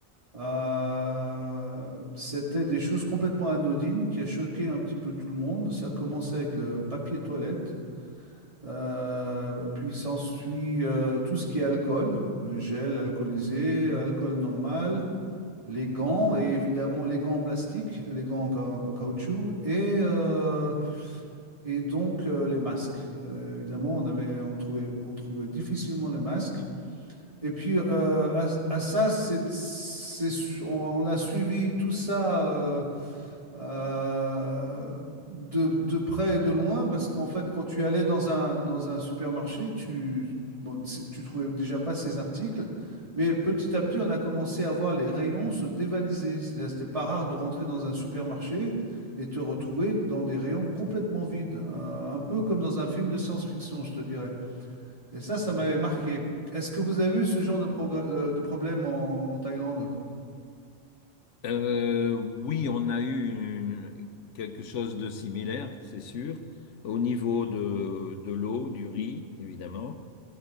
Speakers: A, on the right; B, on the left.
A: Euh, c'était des choses complètement anodines qui a choqué un petit peu tout le monde. Ça a commencé avec le papier toilette, euh, puis s'ensuit euh, tout ce qui est alcool, euh, gel alcoolisé, alcool normal, les gants et évidemment les gants en plastique, les gants en, ca- en caoutchouc et, euh, et donc euh, les masques. Euh, évidemment, on avait, on trouvait, on trouvait difficilement les masques. Et puis, euh, à, à ça, c'est, c'est, on, on a suivi tout ça euh, euh, de, de près et de loin, parce qu'en fait, quand tu allais dans un, dans un supermarché, tu, bon, c'est- tu trouvais déjà pas ces articles, mais petit à petit, on a commencé à voir les rayons se dévaliser. C'est-à-dire, c'était pas rare de rentrer dans un supermarché et te retrouver dans des rayons complètement vides, Euh, un peu comme dans un film de science-fiction, je te dirais. Et ça, ça m'avait marqué. Est-ce que vous avez eu ce genre de, progr- euh, de problème en, en Thaïlande?
B: Euh, oui, on a eu une- quelque chose de similaire, c'est sûr, au niveau de, de l'eau, du riz, évidemment.